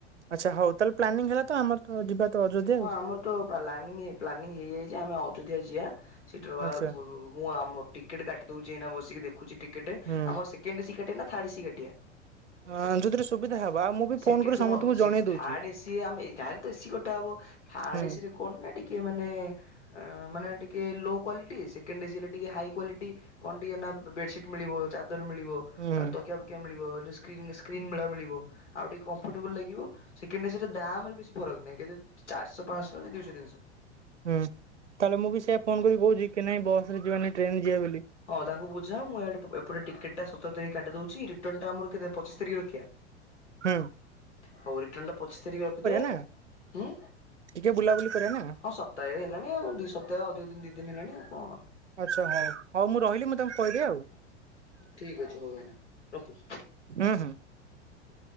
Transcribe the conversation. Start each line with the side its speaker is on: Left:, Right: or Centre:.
Right: ଆଚ୍ଛା ହୋଉ। ତାହେଲେ ପ୍ଲାନିଂ ହେଲା ତ ଆମର ତ ଯିବା ତ ଅଯୋଧ୍ୟା
Left: ହଁ
Right: ଆଉ
Left: ଆମର ତ ପଲାନି ହେଇ ପ୍ଲାନିଂ ହେଇଯାଇଛି ଆମେ ଅଯୋଧ୍ୟା ଯିବା। ସେଠୀ ରହିବାର
Right: ଆଚ୍ଛା
Left: ମୁଁ ଆମ ଟିକେଟ କାଟି ଦୋଉଛି ଏଇନା ବସିକି ଦେଖୁଛି ଟିକେଟ।
Right: ହୁଁ।
Left: ଆମର ସେ ସେକେଣ୍ଡ ଏସି କାଟିବା ନା ଥାର୍ଡ ଏସି କାଟିିବା?
Right: ହଁ ଯୋଉଥିରେ ସୁବିଧା ହବ ଆଉ ମୁଁ ବି
Left: ସେକେ
Right: ଫୋନ କରି
Left: ସେ
Right: ସମସ୍ତଙ୍କୁ
Left: କଣ ଶେକେ
Right: ଜଣେଇ ଦଉଛି
Left: ଥାର୍ଡ ଏସିରେ ଆମେ ଯାହାଲେ ତ ଏସିି କଟା ହବ ଥାର୍ଡ
Right: ହୁଁ
Left: ଏସି ରେ କଣ ନା ଟିକେ ମାନେ ମାନେ ଟିକେ ଲୋ କ୍ଵାଲିଟି ସେକେଣ୍ଡ ଏସି ହେଲେ ଟିକେ ହାଇ କ୍ଵାଲିଟି। କଣ ଟିକେ ନା ବେଡସିଟ୍ ମିଳିବ ଚାଦର ମିଳିବ। ଆ
Right: ହୁଁ।
Left: ତକିଆ ଫକିଆ ମିଳିବ ଯୋଉ ସ୍କ୍ରିନ୍ ସ୍କ୍ରିନ୍ ମେଳା ମିଳିବ ଆଉ ଟିକେ କମ୍ଫର୍ଟେବୁଲ ଲାଗିବ। ସେକେଣ୍ଡ ଏସି ରେ ଦାମ ରେ ବେଶୀ ଫରକ ନାହିଁ କିନ୍ତୁ ଚାରିଶ ପାଞ୍ଚଶହ କି ଦୁଇଶହ ତିନିଶହ।
Right: ହୁଁ ତାହେଲେ ମୁଁ ବି ସେଇଆ ଫୋନ କରିକି କହୁଛି କି ନାଇଁ ବସରେ ଯିବାନି ଟ୍ରେନ ରେ ଯିବା ବୋଲି।
Left: ହଁ ତାଙ୍କୁ ବୁଝାଅ ମୁଁ ଇଆଡେ ପ ଏପଟେ ଟିକେଟଟା ସତର ତାରିଖ କାଟି ଦେଉଛି। ରିଟର୍ଣ ଟା ଆମର କେତେ ପଚିଶ ତାରିଖ ରଖିବା? <inaudible>
Right: ହଁ।
Left: ହୋଉ ରିଟର୍ନ ଟା ପଚିଶ ତାରିଖ ରଖିଦେଆ
Right: ନା ଟିକେ ବୁଲାବୁଲି କରିବା ନା
Left: ହଁ ସତ ତାହେ ହେଲାଣି ଆଉ ଦି ସପ୍ତାହ ଅଧିକ ଦି ଦିନ ହେଲାଣି ଆଉ କଣ।
Right: ଆଚ୍ଛା ହୋଉ ହୋଉ ମୁଁ ରହିଲି ମୁଁ ତମକୁ କହିବି ଆଉ।
Left: ଠିକ୍ ଅଛି ହୋଉ ଭାଇନା ରଖୁଛି।
Right: ହୁଁ ହୁଁ।
Left: ହୁଁ।